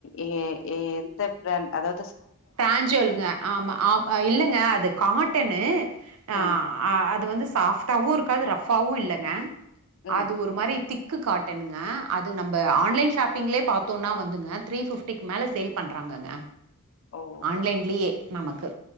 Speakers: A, on the left; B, on the right.
A: எ எ எந்த பிராண்ட் அதா
B: பிராஞ்சுவல்ங்க ஆமா ஆ இல்லங்க அது காட்டன்னு ஆஹ்
A: ம்
B: ஆஹ் அது வந்து சாஃப்டாவும் இருக்காது ரஃப்பாவும் இல்லங்க
A: ம்
B: அது ஒரு மாரி திக் க்கு காட்டன்ங்க அது நம்ப ஆன்லைன் ஷாப்பிங்ளே பாத்தோம்னா வந்துங்க த்ரீ ஃபிஃப்டிக்கு மேல சேல் பண்றாங்கங்க
A: ஓ
B: ஆன்லைன்லயே நமக்கு